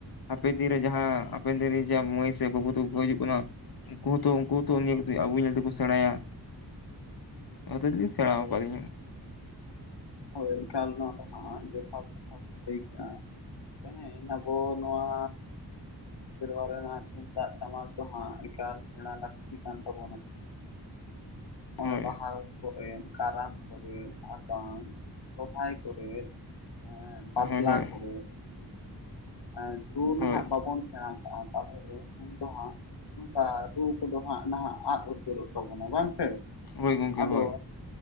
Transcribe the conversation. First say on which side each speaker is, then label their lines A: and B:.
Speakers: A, on the left (about 65°); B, on the left (about 85°).
A: ᱦᱟᱯᱮᱱ ᱫᱤᱱ ᱨᱮ ᱡᱟᱦᱟᱸ ᱦᱟᱯᱮᱱ ᱫᱤᱱ ᱨᱮ ᱡᱮ ᱢᱟᱹᱭ ᱥᱮ ᱵᱟᱵᱩ ᱛᱟ ᱠᱚ ᱦᱤᱡᱩᱜ ᱠᱟᱱᱟ ᱩᱱᱠᱩ ᱦᱚᱸᱛᱚ ᱩᱱᱠᱩ ᱦᱚᱸᱛᱚ ᱱᱤᱭᱟᱹ ᱟᱵᱚ ᱧᱮᱞ ᱛᱮᱠᱚ ᱥᱮᱸᱬᱟᱭᱟ ᱾ <inaudible> ᱥᱮᱸᱬᱟ
B: ᱦᱳᱭ
A: ᱟᱠᱟᱫ ᱞᱤᱧᱟ ᱾
B: ᱦᱳᱭ ᱮᱠᱟᱞ ᱱᱚᱣᱟ ᱫᱚ ᱦᱟᱸᱜ ᱡᱚᱛᱷᱟᱛ ᱠᱟᱛᱷᱟ ᱵᱤᱱ ᱞᱟᱹᱭ ᱠᱮᱫᱼᱟ ᱾ ᱛᱮᱦᱮᱧ ᱟᱵᱚ ᱱᱚᱣᱟ ᱥᱮᱨᱣᱟ ᱨᱮᱱᱟᱜ ᱛᱩᱢᱫᱟᱜ ᱴᱟᱢᱟᱠ ᱫᱚ ᱦᱟᱸᱜ ᱮᱠᱟᱞ ᱥᱮᱬᱟ ᱞᱟᱹᱠᱛᱤ ᱠᱟᱱ ᱛᱟᱵᱚᱱᱟ ᱾ ᱱᱚᱸᱜ-ᱚᱭ
A: ᱦᱳᱭ
B: ᱵᱟᱦᱟ ᱠᱚᱨᱮ ᱠᱟᱨᱟᱢ ᱠᱚᱨᱮ ᱟᱨᱵᱟᱝ ᱥᱚᱨᱦᱟᱭ ᱠᱚᱨᱮ ᱮ ᱵᱟᱯᱞᱟ
A: ᱦᱳᱭ ᱦᱳᱭ
B: ᱠᱚᱨᱮ <unintelligible>
A: ᱦᱳᱭ
B: ᱱᱟᱦᱟᱜ ᱵᱟᱵᱚᱱ ᱥᱮᱸᱬᱟ ᱠᱟᱜᱼᱟ ᱛᱟᱦᱚᱞᱮ ᱩᱱ ᱫᱚ ᱦᱟᱸᱜ ᱱᱚᱝᱠᱟ ᱨᱩ ᱠᱚᱫᱚ ᱦᱟᱸᱜ ᱱᱟᱦᱟᱜ ᱟᱫ ᱩᱛᱟᱹᱨᱚᱜ ᱛᱟᱵᱚᱱᱟ ᱵᱟᱝ ᱥᱮ ᱾
A: ᱦᱳᱭ
B: <inaudible>
A: ᱜᱚᱢᱠᱮ
B: ᱟᱫᱚ
A: ᱦᱳᱭ